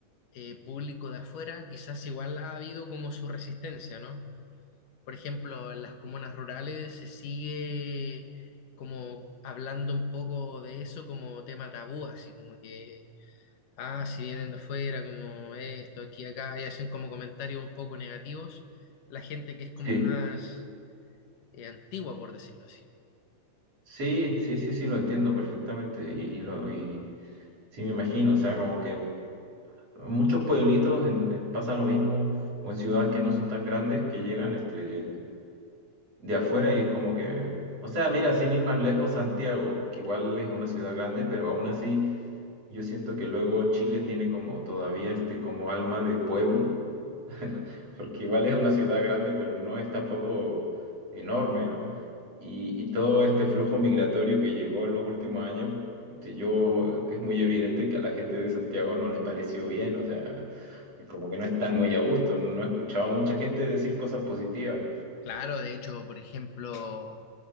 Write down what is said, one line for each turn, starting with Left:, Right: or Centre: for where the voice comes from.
Left: eh, público de afuera, quizás igual ha habido como su resistencia, ¿no? Por ejemplo, en las comunas rurales se sigue como hablando un poco de eso como tema tabú, así como que, ah, si vienen de afuera, como esto, aquí, acá, y hacen como comentarios un poco negativos, la gente que es como
Right: Sí.
Left: más eh, antigua, por decirlo así.
Right: Sí, sí, sí, sí, lo entiendo perfectamente y, y lo, y sí me imagino, o sea, como que en muchos pueblitos en- en pasa lo mismo o en ciudades que no son tan grandes que llegan este, de afuera y es como que, o sea, mira, sin ir más lejos, Santiago, que igual es una ciudad grande, pero aún así yo siento que luego Chile tiene como todavía este como alma de pueblo <laughs> porque igual es una ciudad grande, pero no es tampoco enorme, ¿no? Y, y todo este flujo migratorio que llegó en los últimos años, este, yo, es muy evidente que a la gente de Santiago no le pareció bien, o sea, como que no están muy a gusto, no he escuchado a mucha gente decir cosas positivas.
Left: Claro, de hecho, por ejemplo,